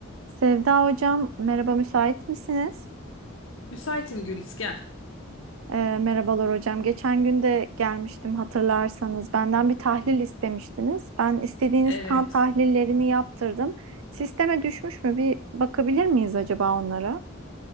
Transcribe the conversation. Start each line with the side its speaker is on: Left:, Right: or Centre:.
Right: Sevda hocam, merhaba müsait misiniz?
Left: Müsaitim Gülis gel.
Right: Ee, merhabalar hocam. Geçen gün de gelmiştim hatırlarsanız. Benden bir tahlil istemiştiniz. Ben istediğiniz
Left: Evet.
Right: kan tahlillerini yaptırdım. Sisteme düşmüş mü? Bir bakabilir miyiz acaba onlara?